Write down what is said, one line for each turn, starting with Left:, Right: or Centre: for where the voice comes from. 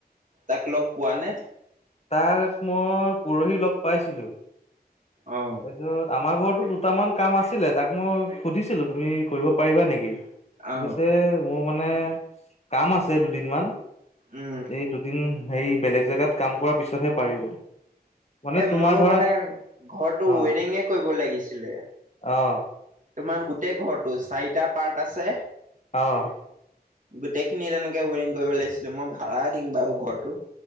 Right: তাক লগ পোৱা নে?
Left: তাক মই পুৰহি লগ পাইছিলোঁ।
Right: অ
Left: তাৰপিছত আমাৰ ঘৰতো দুটামান কাম আছিলে তাক মই সুধিছিলোঁ, তুমি কৰিব পাৰিবা নেকি? সি
Right: অ
Left: কৈছে, মোৰ মানে কাম আছে দুদিন মান।
Right: উম
Left: এই দুদিন হেৰী বেলেগ জেগাত কাম কৰাৰ পিছতহে পাৰিব। মানে
Right: এ মোৰো
Left: তোমাৰ ধৰা
Right: মানে ঘৰটো
Left: অ
Right: ৱেৰিংগে কৰিব লাগিছিলে।
Left: অ
Right: তোমাৰ গোটেই ঘৰটো চাৰিটা পাৰ্ট আছে।
Left: অ'।
Right: গোটেইখিনি তেনেকে ৱেৰিং কৰিব লাগিছিলে মই ভাড়া দিম বাৰু ঘৰটো।